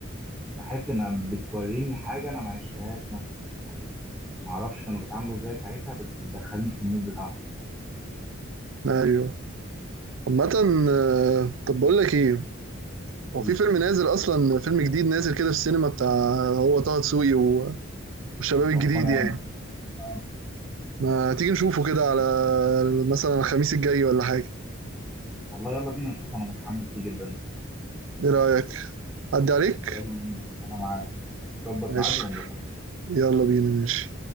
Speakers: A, in the centre; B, on the right.
A: بحس إنها بتوريني حاجة أنا ما عشتهاش مثلا أو ما أعرفش كانوا بيتعاملوا إزاي ساعتها بس بتدخلني في المود بتاعهم
B: ايوه عامة آه، طب بقول لك ايه
A: قولي.
B: هو في فيلم نازل اصلا فيلم جديد نازل كده في السينما بتاع هو طه دسوقي و- والشباب الجديد
A: وعصام عمر
B: يعني
A: آه.
B: ما تيجي نشوفه كده على مثلا الخميس الجاي ولا حاجة
A: والله يلا بينا نشوف أنا متحمس ليه جدا الصراحة
B: ايه رأيك عدي عليك
A: يلا بينا. أنا معاك نظبط
B: ماشي
A: ميعاد ونروح يلا
B: يلا بينا ماشي